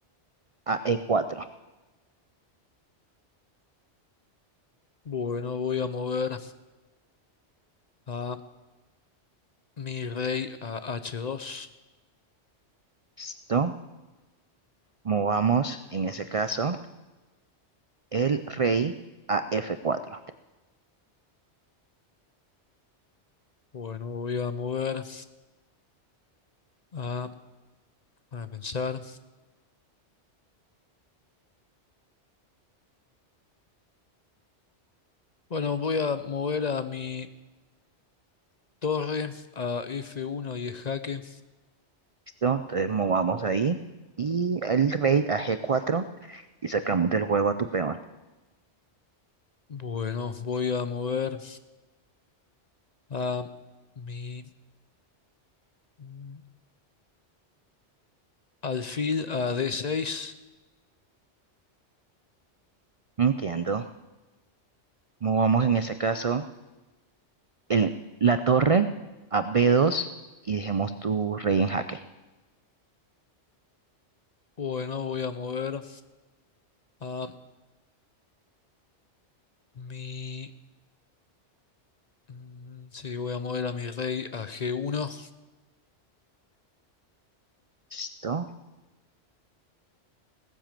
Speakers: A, on the right (about 50°); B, on the left (about 45°).
A: a e cuatro
B: Bueno, voy a mover a mi rey a H2.
A: ¿Listo? Movamos en ese caso el rey a F4.
B: Bueno, voy a mover a, a pensar. Bueno, voy a mover a mi torre a F1 y es jaque.
A: ¿Listo? Entonces movamos ahí y el rey a G4 y sacamos del juego a tu peón.
B: Bueno, voy a mover a mi mm, alfil a D6.
A: Entiendo. Movamos en ese caso el, la torre a B2 y dejemos tu rey en jaque.
B: Bueno, voy a mover a mi... mm, Sí, voy a mover a mi rey a G1.
A: ¿Listo? En